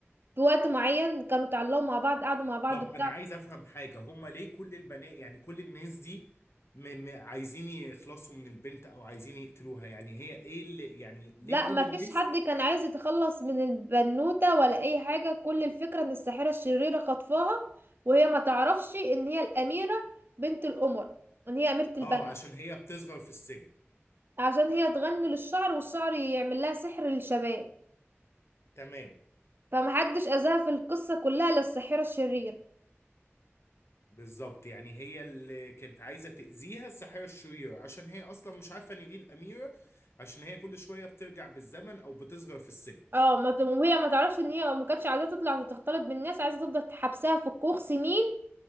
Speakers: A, on the right; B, on the left.
A: في وقت معين كانوا اتعلقوا مع بعض قعدوا مع بعض
B: طب
A: بتاع
B: انا عايز افهم حاجه هما ليه كل البنات يعني كل الناس دي م... م... عايزين يخلصوا من البنت او عايزين يقتلوها يعني هي ايه اللي يعني ليه
A: لا
B: كل
A: ما
B: الناس
A: فيش حد كان عايز يتخلص من البنوتة ولا اي حاجة كل الفكرة ان الساحرة الشريرة خطفاها وهي ما تعرفش ان هي الأميرة بنت القمر ان هي أميرة البلد
B: اه عشان هي بتصغر في السن
A: عشان هي تغني للشعر والشعر يعمل لها سحر للشباب
B: تمام
A: فمحدش أذاها في القصة كلها للساحرة الشريرة
B: بالظبط يعني هي اللي كانت عايزه تاذيها الساحره الشريره عشان هي اصلا مش عارفه ان دي الاميره عشان هي كل شويه بترجع بالزمن او بتصغر في السن
A: اه ما ت- وهي ما تعرفش ان هي ما كانتش عايزة تطلع وتختلط بالناس عايزة تفضل حبسها في الكوخ سنين